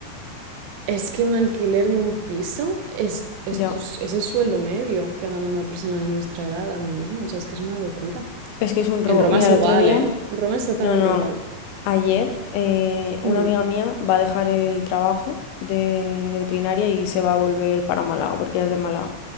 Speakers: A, on the right; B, on the left.
A: Es que un alquiler de un piso es, es,
B: Ya.
A: tu s- es el sueldo medio que gana una persona de nuestra edad ahora mismo. O sea, es que es una locura.
B: Es que es un robo.
A: En Roma
B: Mira,
A: es igual,
B: el otro día...
A: ¿eh? En Roma es exactamente
B: No, no.
A: igual.
B: Ayer eh, una
A: Mm.
B: amiga mía va a dejar el trabajo de, de veterinaria y se va a volver para Málaga, porque ella es de Málaga.